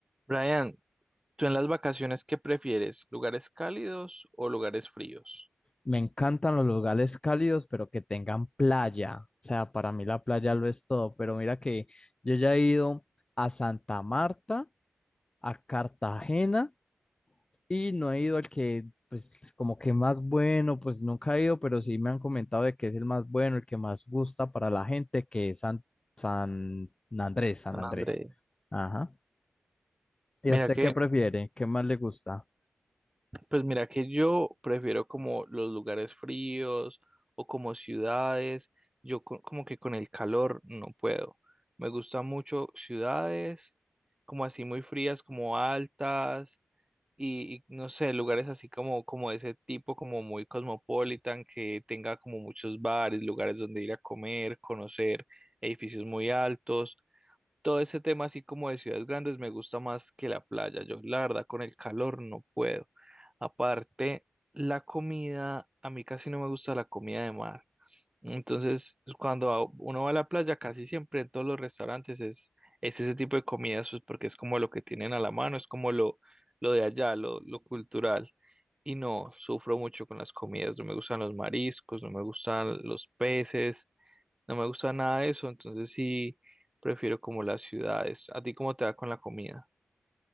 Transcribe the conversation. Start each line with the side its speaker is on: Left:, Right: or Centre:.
Right: Brian, ¿tú en las vacaciones qué prefieres? ¿Lugares cálidos o lugares fríos?
Left: Me encantan los lugares cálidos, pero que tengan playa. O sea, para mí la playa lo es todo. Pero mira que yo ya he ido a Santa Marta, a Cartagena, y no he ido al que, pues, como que más bueno, pues nunca he ido, pero sí me han comentado de que es el más bueno, el que más gusta para la gente, que es San, San Andrés, San
Right: San
Left: Andrés.
Right: Andrés.
Left: Ajá. ¿Y
Right: Mira
Left: a usted
Right: que
Left: qué prefiere? ¿Qué más le gusta?
Right: Pues mira que yo prefiero como los lugares fríos o como ciudades. Yo co- como que con el calor no puedo. Me gustan mucho ciudades como así muy frías, como altas y, y no sé, lugares así como, como de ese tipo, como muy cosmopolitan, que tenga como muchos bares, lugares donde ir a comer, conocer edificios muy altos todo ese tema así como de ciudades grandes me gusta más que la playa. Yo, la verdad, con el calor no puedo. Aparte, la comida, a mí casi no me gusta la comida de mar. Entonces, cuando a- uno va a la playa, casi siempre en todos los restaurantes es, es ese tipo de comidas, pues porque es como lo que tienen a la mano, es como lo, lo de allá, lo, lo cultural. Y no, sufro mucho con las comidas, no me gustan los mariscos, no me gustan los peces. No me gusta nada de eso, entonces sí prefiero como las ciudades. ¿A ti cómo te va con la comida?